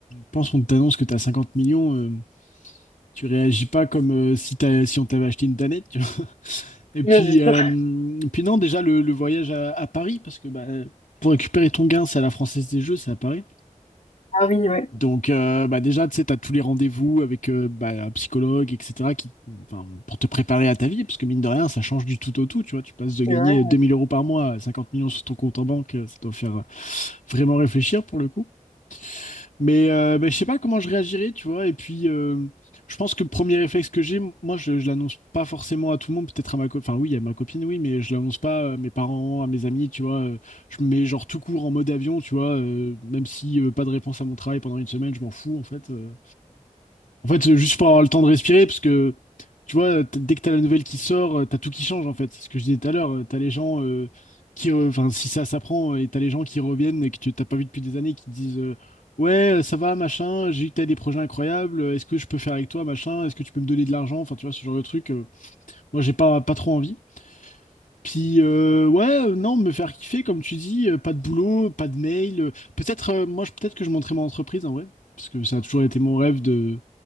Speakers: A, on the left (about 80°); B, on the left (about 60°).
A: pense qu'on t'annonce que t'as 50 millions, euh, tu réagis pas comme euh, si t'as, si on t'avait acheté une danette, Et puis,
B: Ouais, c'est
A: euh,
B: sûr.
A: et puis non, déjà le, le voyage à, à Paris, parce que bah, pour récupérer ton gain, c'est à la Française des Jeux, c'est à Paris.
B: Ah oui, ouais.
A: Donc euh, bah, déjà, tu sais, t'as tous les rendez-vous avec euh, bah, un psychologue, etc., qui, enfin, pour te préparer à ta vie, parce que mine de rien, ça change du tout au tout, tu vois. Tu passes de gagner
B: c'est vrai.
A: 2000 euros par mois à 50 millions sur ton compte en banque, euh, ça doit faire euh, vraiment réfléchir pour le coup. Mais, euh, bah, je sais pas comment je réagirais, tu vois. Et puis, euh, je pense que le premier réflexe que j'ai, moi, je, je l'annonce pas forcément à tout le monde, peut-être à ma copine. Enfin, oui, à ma copine, oui, mais je l'annonce pas à mes parents, à mes amis, tu vois. Euh, Je me mets genre tout court en mode avion, tu vois. euh, même si euh, pas de réponse à mon travail pendant une semaine, je m'en fous, en fait. euh. En fait, juste pour avoir le temps de respirer, parce que tu vois, t- dès que t'as la nouvelle qui sort, euh, t'as tout qui change en fait. C'est ce que je disais tout à l'heure. euh, T'as les gens euh, qui, re- enfin, si ça s'apprend, euh, et t'as les gens qui reviennent et que tu t'as pas vu depuis des années, qui te disent euh, ouais, euh, ça va, machin. J'ai vu que t'as des projets incroyables. euh, Est-ce que je peux faire avec toi, machin? Est-ce que tu peux me donner de l'argent? Enfin, tu vois, ce genre de truc. euh, moi, j'ai pas pas trop envie. Puis euh, ouais, euh, non, me faire kiffer, comme tu dis, euh, pas de boulot, pas de mail. euh, peut-être, euh, moi, je- peut-être que je monterai mon entreprise en vrai, parce que ça a toujours été mon rêve de